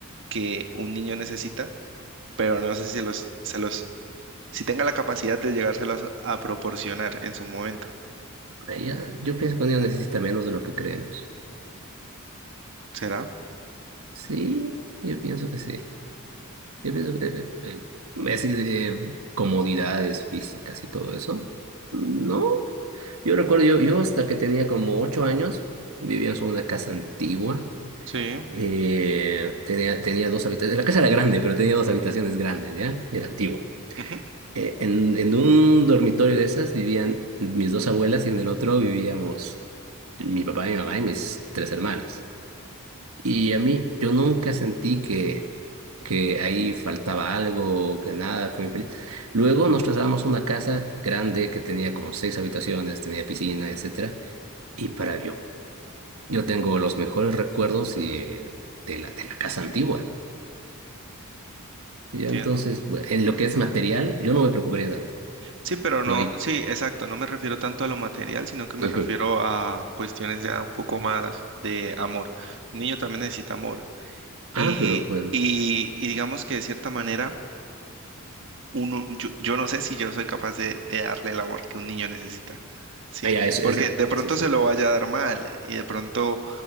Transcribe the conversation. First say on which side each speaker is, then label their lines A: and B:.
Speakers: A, on the right (about 60°); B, on the right (about 80°).
A: que un niño necesita, pero no sé si los, se los Si tenga la capacidad de llegárselas a a proporcionar en su momento.
B: Ella- yo pienso que un día necesita menos de lo que creemos.
A: ¿Será?
B: Sí, yo pienso que sí. Yo pienso que el- así de comodidades físicas y todo eso, no. Yo recuerdo, yo, yo hasta que tenía como ocho años, vivíamos en una casa antigua.
A: Sí.
B: Eh, tenía, tenía dos habitaciones. La casa era grande, pero tenía dos habitaciones grandes, ¿ya? Era antigua.
A: ujú,
B: Eh, en, en un dormitorio de esas vivían mis dos abuelas y en el otro vivíamos mi papá, mi mamá y mis tres hermanas. Y a mí, yo nunca sentí que, que ahí faltaba algo, que nada, fue muy feliz. Luego nos trasladamos a una casa grande que tenía como seis habitaciones, tenía piscina, etcétera. Y para yo, yo tengo los mejores recuerdos y, eh, de la, de la casa antigua.
A: Entiendo.
B: Y ya entonces, bueno, en lo que es material, yo no me preocuparía tanto.
A: Sí, pero
B: No
A: no,
B: hay...
A: sí, exacto. No me refiero tanto a lo material, sino que me
B: Ujú.
A: refiero a cuestiones ya un poco más de amor. Un niño también necesita amor.
B: Ah,
A: Y,
B: pero bueno.
A: y, y digamos que de cierta manera uno, yo, yo no sé si yo soy capaz de, de darle el amor que un niño necesita, ¿sí?
B: Ah, ya, es, es,
A: Porque de pronto
B: es eso.
A: se lo vaya a dar mal y de pronto,